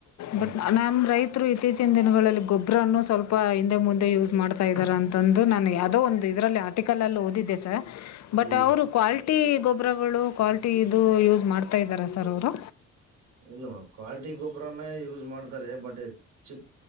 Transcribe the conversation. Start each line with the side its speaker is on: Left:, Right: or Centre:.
Right: ಹ್ಮ್
Left: ಬಟ್ ನಮ್ಮ ರೈತರ ಇತ್ತೀಚಿನ ದಿನಗಳಲ್ಲಿ ಗೊಬ್ಬರನ್ನು ಸ್ವಲ್ಪ ಹಿಂದೆ ಮುಂದೆ ಯೂಸ್ ಮಾಡ್ತಾ ಇದ್ದಾರ ನ ಅಂದು ನಾನು ಯಾವದೋ ಒಂದು ಇದರಲ್ಲಿ ಆರ್ಟಿಕಲ್ ಅಲ್ಲಿ ಓದಿದ್ದೆ ಸ ಬಟ್
Right: ಈ
Left: ಅವರು ಕ್ವಾಲಿ ಗೊಬ್ಬರಗಳು ಕ್ವಾಲಿಟಿ ಇದು ಯೂಸ್ ಮಾಡ್ತಾ ಇದ್ದಾರೆ ಸರ್ ಅವರು.
Right: ಇಲ್ಲ ಮೇಡಮ್ ಕ್ವಾಲ್ಟಿ ಗೊಬ್ಬರನೇ ಯೂಸ್ ಮಾಡ್ತಾರೆ. ಬಟ್ ಚಿ